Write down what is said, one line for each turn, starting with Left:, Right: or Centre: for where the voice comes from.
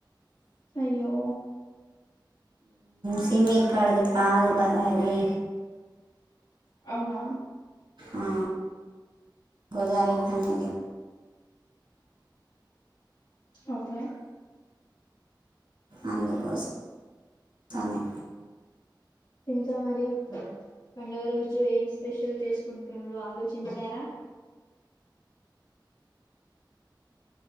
Left: అయ్యో
Right: సిమ్ ఇక్కడిది కాదు కదా అది
Left: అవునా
Right: ఆ గోదారి కనేది
Left: ఓకే
Right: అందుకోసం సమే
Left: ఇంకా మారి పండుగ రోజు ఏం స్పెషల్ చేసుకుంటుర్రు ఆలోచించారా